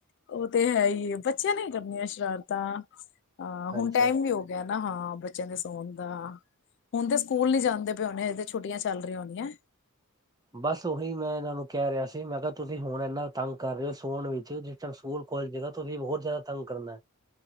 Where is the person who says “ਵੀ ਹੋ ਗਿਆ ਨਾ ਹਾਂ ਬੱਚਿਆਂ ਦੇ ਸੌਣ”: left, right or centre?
Left